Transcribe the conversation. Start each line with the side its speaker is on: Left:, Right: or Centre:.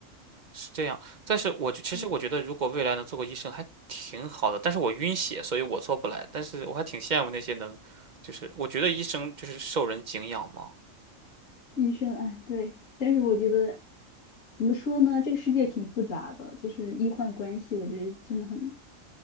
Right: 是这样，但是我就其实我觉得，
Left: 对，
Right: 如果未来能做个医生还挺好的，但是我晕血，所以我做不来。但是我还挺羡慕那些能，就是我觉得医生就是受人敬仰嘛。
Left: 医生，哎，对。但是我觉得怎么说呢，这个世界挺复杂的，就是医患关系，我觉得真的很